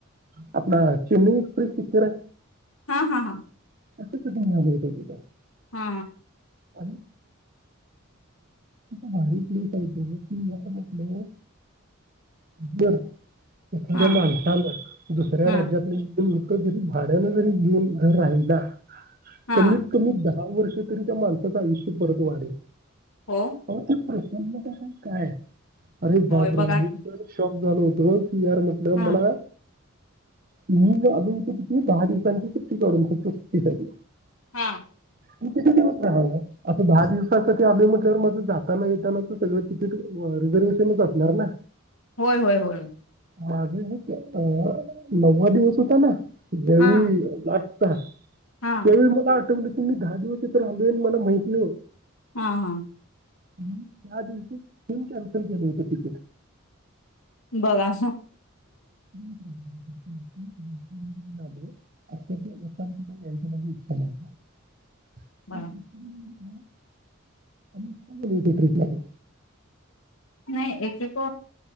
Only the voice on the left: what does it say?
हा हा हा
हा
हा
हा
हा
हो
होय बघा
की
हा
हा
होय होय होय.
हा
हा
हा हा
बघा.
बघा
नाही एक एक